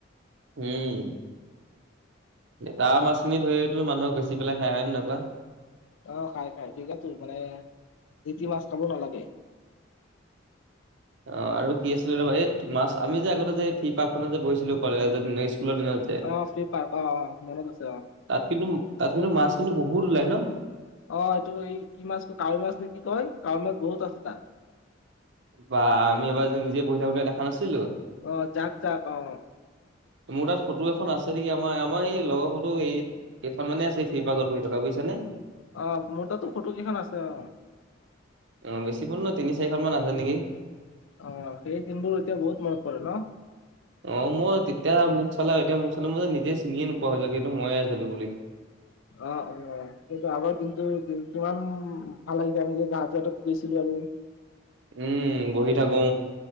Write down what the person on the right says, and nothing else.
উম, তাৰ মাছখিনিত ধৰিয়েতো মানুহক বেছি পেলাই খাই, হয় নে নাই কোৱা?
অ আৰু কি আছিলে ৰবা এই মাছ আমি যে আগতে যে ফ্ৰি পাৰ্কখনত যে বহিছিলো কলেজত স্কুলৰ দিনত যে
তাত কিন্তু তাত কিন্তু মাছ কিন্তু বহুত ওলাই ন?
বা আমি এবাৰ যদি নিজে বহি থাকোতে দেখা নাছিলোঁ?
মোৰ তাত ফটো এখন আছে নেকি, আমাৰ-আমাৰ এই লগৰ ফটো এই কেইখন মানে আছে ফ্ৰী পাৰ্কত বহি থকা, বুজিছাঁ নে?
অ', বেছি <unintelligible> তিনি চাৰিখন মান আছে নেকি?
অ', মই তেতিয়া মোক চালা এতিয়া মোক চালে মই যে নিজে চিনিয়ে নোপোৱা হৈ যায় কিন্তু মই আছিলো বুলি।
উম, বহি থাকোঁ।